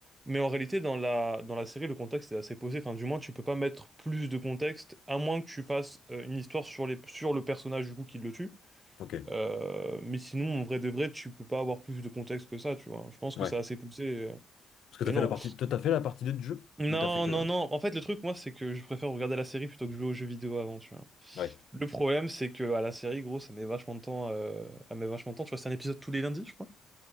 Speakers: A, on the right; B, on the left.
A: Mais en réalité, dans la, dans la série, le contexte est assez posé. Enfin, du moins, tu peux pas mettre plus de contexte, à moins que tu fasses euh, une histoire sur les, sur le personnage du coup qui le tue.
B: Ok,
A: Euh, mais sinon, en vrai de vrai, tu peux pas avoir plus de contexte que ça, tu vois. Je pense
B: ouais.
A: que c'est assez poussé. euh,
B: Parce que
A: Et,
B: t'as
A: non.
B: fait la partie, toi, t'as fait la partie 2 du jeu?
A: Non,
B: Ou t'as fait que
A: non,
B: là?
A: non. En fait, le truc, moi, c'est que je préfère regarder la série plutôt que jouer aux jeux vidéo avant, tu vois.
B: Ouais.
A: Le problème, c'est que à la série, gros, ça met vachement de temps. euh, ça met vachement de temps. Tu vois, c'est un épisode tous les lundis, je crois.